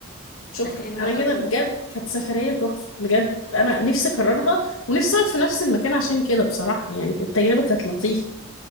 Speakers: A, on the left; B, on the left.
A: شكرا
B: ده حلوه
A: انا
B: قوي
A: كده بجد كانت سفرية تحفة بجد انا نفسي اكررها ونفسي اقعد في نفس المكان عشان كده بصراحة يعني التجربة كانت لطيفة